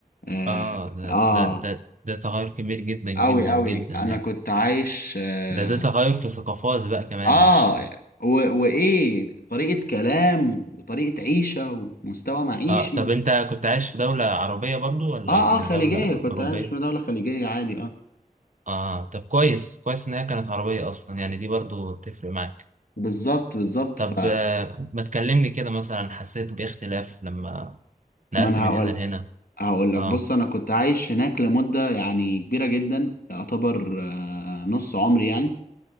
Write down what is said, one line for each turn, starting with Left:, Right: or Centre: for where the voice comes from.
Left: اه,
Right: آه ده,
Left: آه
Right: ده ده ده تغير كبير جدا جدا
Left: قوي قوي
Right: جدا
Left: انا
Right: يعني
Left: كنت عايش اه,
Right: ده ده تغير في ثقافات بقى كمان
Left: آه
Right: مش
Left: و... وايه طريقه كلام وطريقه عيشه ومستوى معيشي
Right: اه طب انت كنت عايش في دولة عربية برضو ولا
Left: اه
Right: كانت
Left: اه خليجية
Right: دولة
Left: كنت
Right: أوروبية؟
Left: عايش في دولة خليجية عادي اه
Right: اه طب كويس كويس ان هي كانت عربية اصلا يعني دي برضو تفرق معاك
Left: بالظبط بالظبط
Right: طب
Left: ف
Right: آه، ما تكلمني كده مثلا حسيت باختلاف لما نقلت
Left: ما انا
Right: من
Left: هقول
Right: هنا لهنا
Left: هقول لك
Right: اه
Left: بص انا كنت عايش هناك لمدة يعني كبيرة جدا يعتبر آه، نص عمري يعني